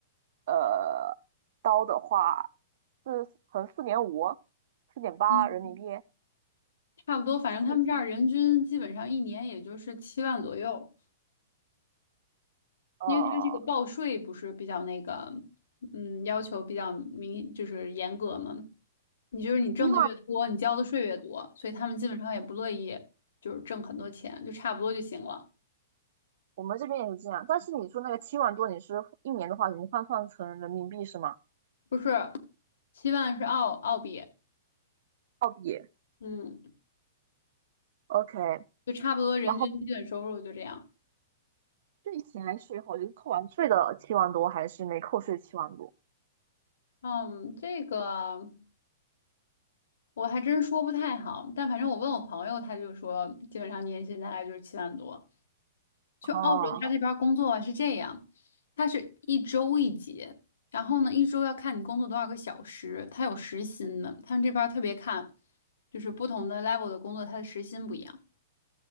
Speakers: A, on the right; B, on the left.
A: 呃，刀的话是乘四点五，四点八人民币，
B: 嗯，差不多，反正他们这儿人均基本上一年也就是七万左右，
A: 四呃
B: 因为它这个报税不是比较那个，嗯，要求比较明，就是严格嘛。你就是你挣的越多，
A: 七万，
B: 你交的税越多，所以他们基本上也不乐意就是挣很多钱，就差不多就行了。
A: 我们这边也是这样。但是你说那个七万多，你是一年的话，你换算成人民币是吗？
B: 不是，七万是澳澳币，
A: 澳币
B: 嗯，
A: ，OK。
B: 就差不多人均基本收入就这样。
A: 然后税前税后就是扣完税的七万多，还是没扣税七万多？
B: 嗯，这个。我还真说不太好，但反正我问我朋友，他就说基本上年薪大概就是七万多。就澳洲他这边儿工作啊是这样，
A: 哦
B: 他是一周一结，然后呢一周要看你工作多少个小时，他有时薪的。他们这边儿特别看，就是不同的 level 的工作，他的时薪不一样。